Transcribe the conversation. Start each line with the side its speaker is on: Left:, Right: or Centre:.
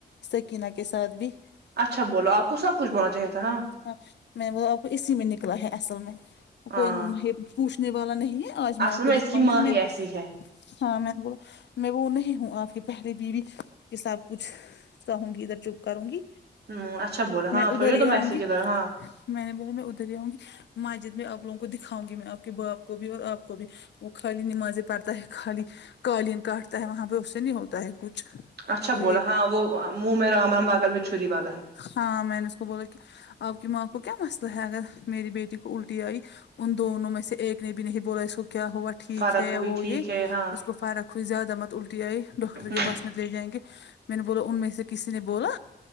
Left: سکینہ کے ساتھ بھی
Right: اچھا بولا آپ کو سب کچھ بولنا چاہیے تھا ہاں
Left: ہاں میں وہ آپ کو اسی میں نکلا ہے اصل میں کوئی
Right: ہاں
Left: نن ہے پوچھنے والا نہیں ہے آج میں
Right: اصل
Left: آپ کو دکھاؤں
Right: اس کی ماں
Left: گی میں
Right: ہی ایسی ہے
Left: ہاں میں نے بولا میں وہ نہیں ہوں آپ کی پہلی بیوی کے سب کچھ سہونگی ادھر چپ کروں گی
Right: ہ اچھا بولا ہاں
Left: میں ادھر
Right: تھوڑی
Left: ہی
Right: تم
Left: آؤں
Right: ایسی
Left: گی
Right: کی طرح ہاں
Left: میں نے بولا میں ادھر ہی آؤں گی ماجد میں آپ لوگوں کو دکھاؤں گی میں آپ کے باپ کو بھی اور آپ کو بھی وہ خالی نمازیں پڑتا ہے خالی قالین کاٹتا ہے وہاں پہ اس سے نہیں ہوتا ہے کچھ
Right: اچھا
Left: تو
Right: بولا
Left: یہ
Right: ہاں وہ منہ میں رام رام بغل میں چھری والا ہے
Left: ہاں میں نے اس کو بولا کہ آپ کی ماں کو کیا مسئلہ ہے اگر میری بیٹی کو الٹی آئی ان دونوں میں سے ایک نے بھی نہیں بولا اس کو کیا ہوا ہے ٹھیک
Right: فرق
Left: ہے
Right: ہوئی
Left: وہ
Right: ٹھیک
Left: یہ
Right: ہے ہاں
Left: اس کو فرق ہوئی زیادہ مت الٹی آئی ڈاکٹر
Right: ہ
Left: کے پاس مت لے جائیں گے میں نے بولا ان میں سے کسی نے بولا